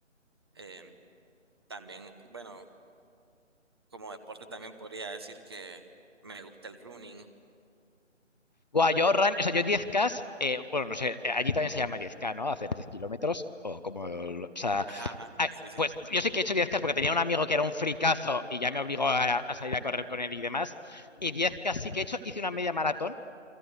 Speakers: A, on the right; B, on the left.
A: eh, también, bueno, como deporte también podría decir que me gusta el running.
B: Guau, yo run, o sea, yo diez k eh, bueno, no sé, eh, allí también se llama diez k ¿no? Hacer 10 kilómetros, o como, o sea,
A: Ajá, ajá,
B: ah,
A: sí, sí.
B: pues yo sí que he hecho diez k porque tenía un amigo que era un fricazo y ya me obligó a, a salir a correr con él y demás, y diez k sí que he hecho, hice una media maratón,